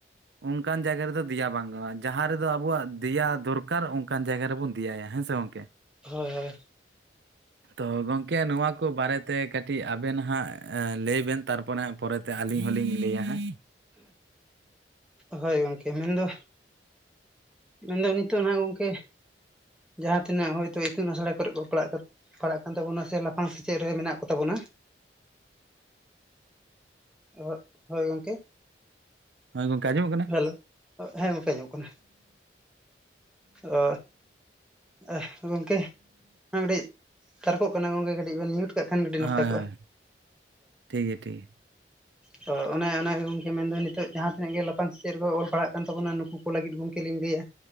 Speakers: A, on the right (about 75°); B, in the centre.
A: ᱚᱱᱠᱟᱱ ᱡᱟᱭᱜᱟ ᱨᱮᱫᱚ ᱫᱮᱭᱟ ᱵᱟᱝ ᱜᱟᱱᱚᱜᱼᱟ ᱡᱟᱦᱟᱸ ᱨᱮᱫᱚ ᱟᱵᱚᱣᱟᱜ ᱫᱮᱭᱟ ᱫᱚᱨ ᱠᱟᱨ ᱚᱱᱠᱟᱱ ᱡᱟᱭᱜᱟ ᱨᱮᱵᱚᱱ ᱫᱮᱭᱟᱭᱟ ᱦᱮᱸ ᱥᱮ ᱜᱚᱝᱠᱮ
B: ᱦᱳᱭ ᱦᱳᱭ
A: ᱛᱚ ᱜᱚᱢᱠᱮ ᱱᱚᱣᱟ ᱠᱚ ᱵᱟᱨᱮᱛᱮ ᱠᱟᱹᱴᱤᱡ ᱟᱵᱮᱱ ᱦᱟᱸᱜ ᱞᱟᱹᱭ ᱵᱮᱱ ᱛᱟᱨᱯᱚᱨᱮ ᱦᱟᱸᱜ ᱯᱚᱨᱮ ᱛᱮ ᱟᱹᱞᱤᱧ ᱦᱚᱞᱤᱧ ᱞᱟᱹᱭᱟ ᱦᱟᱸᱜ
B: ᱦᱳᱭ ᱜᱚᱝᱠᱮ ᱤᱧᱱᱫᱚ ᱢᱮᱱᱫᱚ ᱱᱤᱛᱚᱜ ᱦᱟᱜ ᱜᱚᱝᱠᱮ ᱡᱟᱦᱟᱸ ᱛᱤᱱᱟᱹᱜ ᱦᱚᱭᱛᱳ ᱤᱛᱩᱱ ᱟᱥᱲᱟ ᱠᱚᱨᱮ ᱠᱚ ᱯᱟᱲᱦᱟᱜ ᱯᱟᱲᱟᱜ ᱠᱟᱱ ᱛᱟᱵᱚᱱᱟ ᱥᱮ ᱞᱟᱯᱷᱟᱝ ᱥᱮᱪᱮᱫ ᱨᱮ ᱢᱮᱱᱟᱜ ᱠᱚ ᱛᱟᱵᱚᱱᱟ ᱦᱳ ᱦᱳᱭ ᱜᱚᱝᱠᱮ
A: ᱦᱳ ᱜᱚᱝᱠᱮ ᱟᱡᱚᱢᱚᱜ ᱠᱟᱱ
B: ᱦᱮᱞᱳ ᱦᱮᱸ ᱜᱚᱢᱠᱮ ᱟᱡᱚᱢᱚᱜ ᱠᱟᱱᱟ ᱚ ᱟᱦ ᱜᱚᱝᱠᱮ ᱚᱱᱟ ᱠᱟᱹᱴᱤᱡ ᱛᱟᱨᱠᱚᱜ ᱠᱟᱱᱟ ᱜᱚᱢᱠᱮ ᱠᱟᱹᱴᱤᱡ ᱵᱮᱱ ᱢᱤᱭᱩᱴ ᱠᱟᱜ ᱠᱷᱟᱱ ᱠᱟᱹᱴᱤᱡ ᱱᱟᱯᱟᱭ
A: ᱦᱳᱭ
B: ᱠᱚᱜᱼᱟ
A: ᱦᱳᱭ ᱴᱷᱤᱠ ᱜᱮᱭᱟ ᱴᱷᱤᱠ ᱜᱮᱭᱟ
B: ᱛᱚ ᱚᱱᱮ ᱚᱱᱟᱜᱮ ᱜᱚᱝᱠᱮ ᱢᱮᱱᱫᱚ ᱱᱤᱛᱚᱜ ᱡᱟᱦᱟᱸᱛᱤᱱᱟᱹ ᱜᱮ ᱞᱟ ᱯᱟᱝ ᱥᱮᱫ ᱨᱮᱠᱚ ᱚᱞ ᱯᱟᱲᱦᱟᱜ ᱠᱟᱱ ᱛᱟᱵᱚᱱᱟ ᱱᱩᱠᱩ ᱠᱚ ᱞᱟᱹᱜᱤᱫ ᱜᱚᱢᱠᱮ ᱞᱤᱧ ᱞᱟᱹᱭᱟ